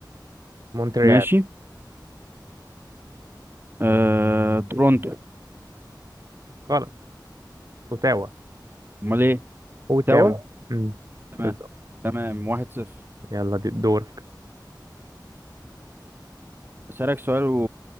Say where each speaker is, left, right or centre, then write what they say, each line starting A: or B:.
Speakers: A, on the right (about 50°); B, on the right (about 30°).
A: مونتريال
B: ماشي آه... تورونتو
A: غلط أوتاوا
B: امال ايه
A: أوتاوا
B: توا
A: امم
B: تمام
A: بالظبط
B: تمام واحد صفر
A: يلا دي دورك
B: اسألك سؤال و...